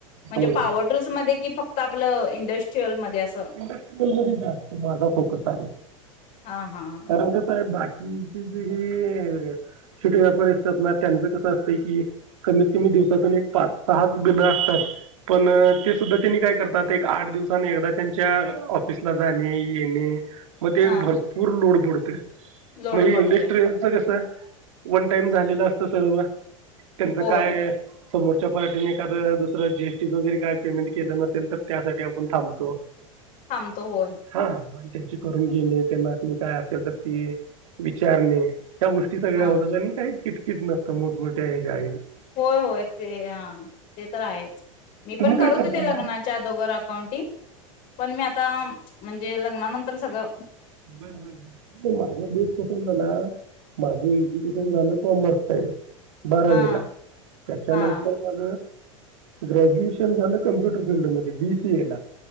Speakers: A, on the left (about 50°); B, on the right (about 70°).
A: म्हणजे
B: म्हणून
A: पावर ब्रूस मधे की फक्त आपल अ इंडश चल मध्ये असं
B: इंडस्ट्रीयल मध्ये जास्त माझा फोकसआहे
A: हा हा हा
B: कारण कस हे बाकी अम ते जे हे अशे काही व्यापारी असतात ना त्यांच कसं असत कि कमीत कमी दिवसातून एक पाच सहाच बिलं असतात पण ते सुद्धा त्यांनी काय करतात एक आठ दिवसाने आणि एकदा त्यांच्या च्याऑफिसला जाणे येणे म ते
A: हा
B: भरपूर लोड पडोत क
A: लोड
B: म ही
A: पडतोय
B: इंडस्ट्रीयलचं कस वन टाइम झालेल असत सर्व त्यांचं
A: होय
B: काय समोरच्या पार्टीने एखाददुसरं जी एस टी वगैरे काय पेमेंट केलं नसेल तर त्यासाठी आपण थांबतो
A: थांबतो होय
B: हां मग त्यांची करून घेणे त्यांना म काय असेल तर त विचारणे त्या गोष्टी सगळ्या
A: हा
B: होतात आणि काही कीट नसते मोठमोठ्या ह
A: होय होय ते हा ते तर आहे मी
B: तुम्ही
A: पण करत
B: काय करताय
A: हो ते लग्नाच्या
B: मग
A: अगोदर अकाउंटिंग पण मी आता म्हणजे लग्नानंतर सगळ
B: माझा बश पस ना माझे झाल का मरतय बारावी
A: हा
B: ला त्याच्यानंतर
A: हा
B: माझ ग्रॅज्युएशन झालं कम्प्युटर फिल्ड मध्ये बी सी ए ला